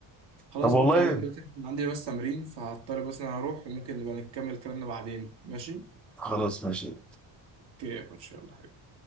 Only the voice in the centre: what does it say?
طب والله
خلاص ماشي